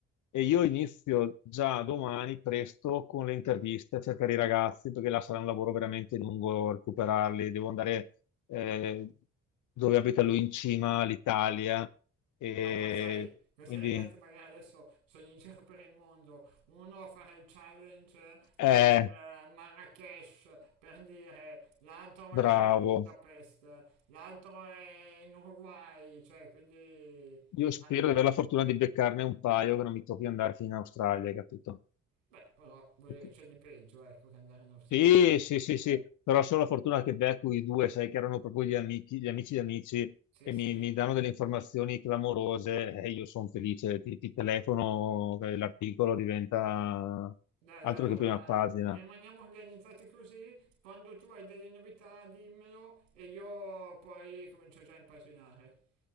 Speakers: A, on the left; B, on the right.
A: E io inizio già domani presto con le interviste a cercare i ragazzi, perché là sarà un lavoro veramente lungo recuperarli. Devo andare eh, dove abita lui in cima all'Italia. E
B: No, poi sai, queste
A: quindi,
B: ragazze magari adesso sono in giro per il mondo, uno a fare il challenge
A: eh,
B: di eh, Marrakesh per dire, l'altro magari
A: bravo.
B: a Budapest, l'altro è in Uruguay, cioè quindi...
A: Io spero
B: Ah no,
A: di avere la fortuna di beccarne un paio che non mi tocchi andare fino in Australia, hai capito?
B: beh, però voglio
A: Ok.
B: dire, c'è di peggio, ecco, che andare in Australia.
A: Sì, sì, sì,
B: Eh,
A: sì, però solo la fortuna che becco i due, sai che erano proprio gli amici, gli amici di amici
B: sì,
A: e
B: sì.
A: mi, mi danno delle informazioni clamorose e io sono felice, ti, ti telefono, eh, l'articolo diventa
B: Dai,
A: altro
B: dai, allora
A: che prima pagina.
B: rimaniamo organizzati così, quando tu hai delle novità dimmelo e io poi comincio già a impazzinare.